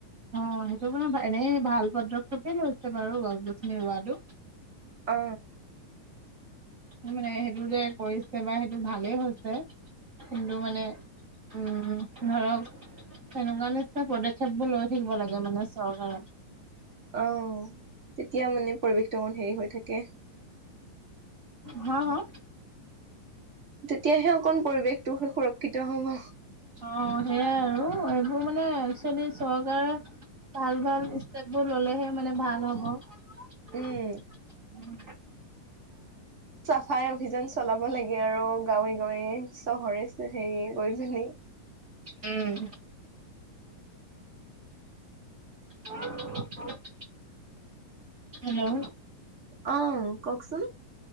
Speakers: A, on the right; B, on the right.
A: অঁ সেইটো মানে এনে ভাল পদক্ষেপে লৈছে বাৰু গছ গছনি ৰোৱাটো।
B: অঁ।
A: মানে সেইটো যে কৰিছে বা সেইটো ভালেই হৈছে। কিন্তু মানে, উম ধৰক। তেনেকুৱা নিচিনা পদক্ষেপ বোৰ লৈ থাকিব লাগে মানে চৰকাৰে।
B: অঁহ, তেতিয়া মানে পৰিৱেশটো অকমান হেৰি হৈ থাকে।
A: হাঁ হাঃ।
B: তেতিয়াহে অকণ পৰিৱেশটো সু সুৰক্ষিত হব।
A: অঁ সেয়াই আৰু এইবোৰ মানে একচুৱেলি চৰকাৰে ভাল ভাল ষ্টেপ বোৰ ললেহে মানে ভাল হ'ব।
B: উম।
A: <unintelligible>
B: চফাই অভিযান চলাব লাগে আৰু গাঁৱে গাঁৱে চহৰে হেৰি গৈ কিনি। <inaudible>
A: উম। <unintelligible> হেল্ল'।
B: অঁহ কওঁকচোন?